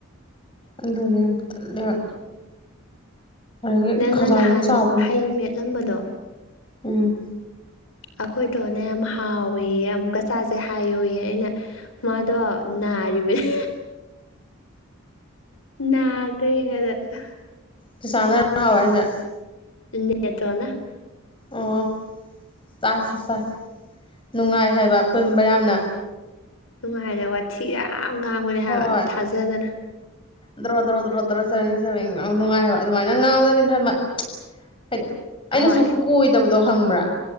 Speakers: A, on the left (about 25°); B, on the left (about 80°).
A: ꯑꯗꯨꯅꯦꯕ ꯇꯜꯂꯦꯕ ꯑꯗꯒꯤ
B: ꯅꯪꯅ
A: ꯈꯖꯥꯏꯁꯨ
B: ꯅꯍꯥꯟ
A: ꯆꯥꯎꯕꯩ
B: ꯍꯩ ꯃꯦꯠꯂꯝꯕꯗꯣ
A: ꯎꯝ
B: ꯑꯩꯈꯣꯏꯗꯣꯅ ꯌꯥꯝ ꯍꯥꯎꯋꯦ ꯑꯃꯨꯛ ꯀꯆꯥꯁꯦ ꯍꯥꯏꯌꯨꯌꯦ ꯑꯩꯅ ꯃꯥꯗꯣ ꯅꯥꯔꯤꯕꯅꯦ ꯅꯥꯒ꯭ꯔꯦ <unintelligible>
A: ꯆꯥꯆꯥꯅꯔꯣ ꯍꯥꯎꯋꯦ ꯍꯥꯏꯖꯦ
B: ꯅꯦꯇꯣꯟꯅ
A: ꯑꯣ ꯆꯥꯁꯦ ꯆꯥ ꯅꯨꯡꯉꯥꯏ ꯍꯥꯏꯕ ꯑꯄꯨꯟꯕ ꯌꯥꯝꯅ
B: ꯅꯨꯡꯉꯥꯏꯅ ꯋꯥꯊꯤ ꯌꯥꯝ ꯉꯥꯡꯕꯅꯤ
A: ꯍꯣꯏ
B: ꯍꯥꯏꯕ ꯊꯥꯖꯗꯅ
A: ꯗ꯭ꯔꯣ ꯗ꯭ꯔꯣ ꯗ꯭ꯔꯣ ꯗ꯭ꯔꯣ ꯆꯕꯦꯡ ꯆꯕꯦꯡ ꯉꯥꯎ ꯅꯨꯡꯉꯥꯏ ꯍꯥꯏꯕ ꯑꯗꯨꯃꯥꯏꯅ ꯉꯥꯎ <unintelligible>
B: ꯍꯣꯏ
A: ꯑꯩꯅꯁꯨ ꯀꯣꯏꯗꯕꯗꯣ ꯍꯪꯕ꯭ꯔꯥ